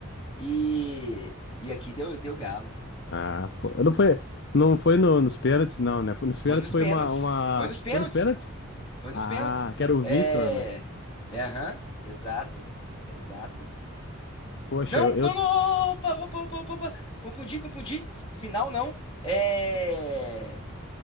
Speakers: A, on the left; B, on the left.
A: e, e aqui deu, deu galo.
B: Ah,
A: E aqui
B: pô.
A: deu
B: Não foi,
A: galo.
B: não foi no- nos pênaltis, não, né? Foi- Nos pênaltis
A: Foi nos
B: foi
A: pênaltis.
B: uma, uma...
A: Foi nos pênaltis.
B: Foi nos pênaltis?
A: Foi nos
B: Ah,
A: pênaltis.
B: que era o
A: É.
B: Vitor, né?
A: é, Aham, exato. Exato.
B: Poxa,
A: Não,
B: eu, eu...
A: não, não! Opa, opa, opa, opa, opa. Confundi, confundi. Final não. É.